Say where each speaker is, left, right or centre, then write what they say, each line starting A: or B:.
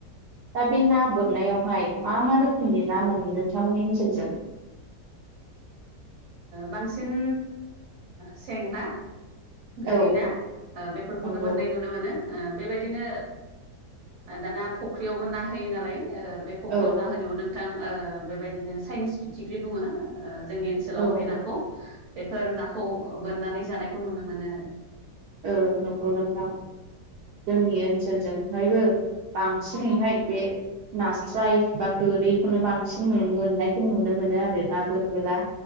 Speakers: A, on the right; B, on the right.
A: दा बे ना बोननायावहाय मा मा रोखोमनि ना मोनो नोंथांमोननि ओनसोलथिं <inaudible>
B: बांसिन सें ना गोरिना
A: औ
B: बेफोरखौनो
A: नंगौ
B: मोननाय नुनो मोनो बेबायदिनो दाना फख्रियावबो ना होयो नालाय बे फख्रियाव
A: औ
B: ना होनायाव नों बिथां बेबायदिनो चाइनिस फिथिख्रि बुङो जोंनि ओनसोलाव
A: औ
B: बे नाखौ बेफोर नाखौ बोननानै जानायखौ नुनो मोनो आरो
A: औ नंगौ नोंथां जोंनि ओनसोलजोंहायबो बांसिनैहाय बे नास्राय बा गोरिखौनो बांसिन मोननायखौ नुनो मोनो आरो ना बोनबोला